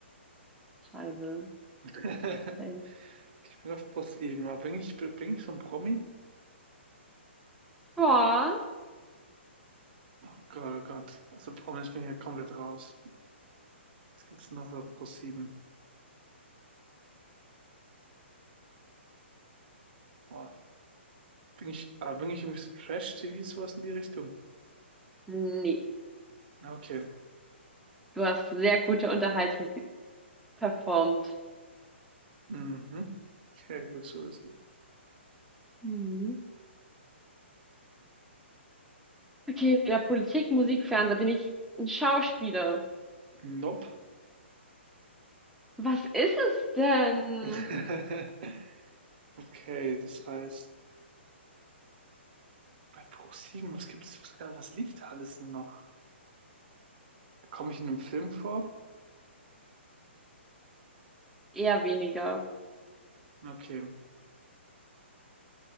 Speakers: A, in the centre; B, on the right (about 50°).
A: Scheiße.
B: <laughs>
A: Okay.
B: Ich bin auf ProSieben. sieben. Aber bin ich, bin ich so ein Promi?
A: Boah.
B: Oh Gott, oh Gott. Also Promis bin ich ja komplett raus. Was gibt's noch auf ProSieben? Oh. Bin ich, ah, bin ich irgendwie so Trash-TV, sowas in die Richtung?
A: Nee,
B: Na, Okay.
A: du hast sehr gute Unterhaltung ge- performt.
B: Mhm. Okay, gut zu wissen.
A: Mhm. Okay, ja, Politik, Musik, Fernseher bin ich ein Schauspieler.
B: Nope.
A: Was ist es denn?
B: <laughs> Okay, das heißt, bei ProSieben, was gibt's, was, gab- was lief da alles denn noch? Komme ich in einem Film vor?
A: Eher weniger.
B: Okay.